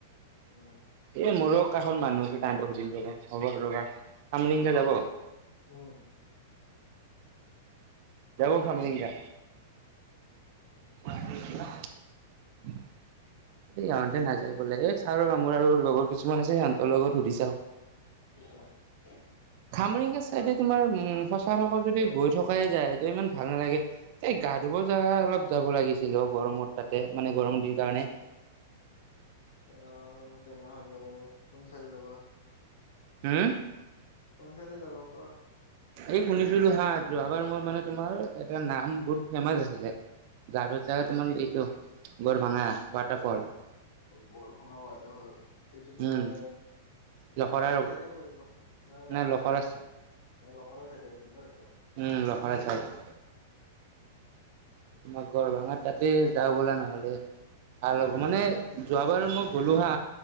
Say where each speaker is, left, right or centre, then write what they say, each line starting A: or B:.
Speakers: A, on the left; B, on the right.
A: উম,
B: এ মোৰ <unintelligible> মানুহ আছে তাহাঁতক সুধিম ৰবা হ'ব ৰবা সামৰিংগা যাব।
A: উম
B: যাব খামৰিংগা?
A: <inaudible>
B: মই আৰু এতিয়া <unintelligible> ইহতে নাযায় বোলে এ চাও ৰবা মোৰ আৰু লগৰ কিছুমান আছে সিহঁতৰ লগত সুধি চাও।
A: <unintelligible>
B: খামৰিঙগা চাইডে
A: যাওঁ
B: তোমাৰ উম সচাৰচৰ যদি
A: যাওঁ
B: গৈ থকাই যায় তে ইমান ভাল নালাগে এই গা ধুব জাগা অলপ যাব লাগিছিল <unintelligible> গৰমত তাতে মানে গৰম দিন কাৰণে
A: অ', তেনেহলে কোন চাইডে যাবা?
B: হম?
A: কোন চাইডে যাবা কোৱা?
B: এই শুনিছিলো হা যোৱাবাৰ মই মানে তোমাৰ এটা নাম বহুত ফেমাচ আছিলে জাগাতো
A: কিবা
B: তোমাৰ এইটো গৰ ভাঙা ৱাটাৰফল।
A: গৰফঙা ৱাটাৰফল এইটো তোমাৰ
B: উম লখৰাৰ
A: নাৰেংগী চাইডে পৰিব। নহয়
B: নে
A: নাৰেঙ্গী
B: লখৰা
A: নহয় অহ লখৰা চাইডে আছিল ন' এটো।
B: উম, লখৰা চাইড। তোমাৰ গৰ ভাঙা তাতে যাওঁ বলা ন'হলে ভাল হ'ব
A: বোলা।
B: মানে যোৱাবাৰ মই গ'লো হা